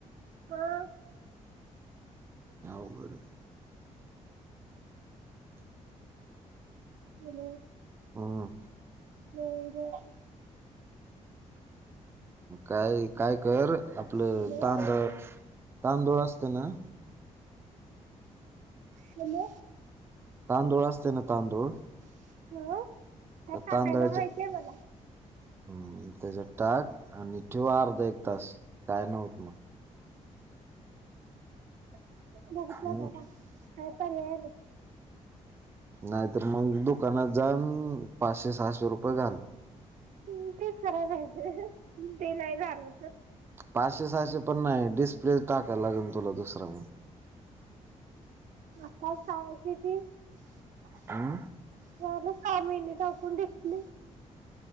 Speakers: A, on the right; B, on the right.
A: हा <inaudible>
B: अवघड आहे
A: म
B: हम्म
A: म <inaudible>
B: काय काय कर आपलं
A: हॅलो
B: तांदळ तांदुळ असते ना
A: हॅलो
B: तांदुळ असते ना तांदूळ
A: <unintelligible>
B: त्या तांदळाच्या हम्म त्याच्यात टाक आणि ठेव अर्ध एक तास काय नाही होत मग
A: बघीतल
B: हम्म
A: का काकी कायतर व्हालय.
B: नाहीतर मग दुकानात जाऊन पाचशे, सहाशे रुपये घाल.
A: हम् तेच खराब आहे ते नाही झालं तर
B: पाचशे, सहाशे पण नाही डिस्प्ले टाका लागून तुला दुसरा म.
A: आता सांगती ती <unintelligible>
B: हम्म
A: सहा महीने टाकून डिसप्ले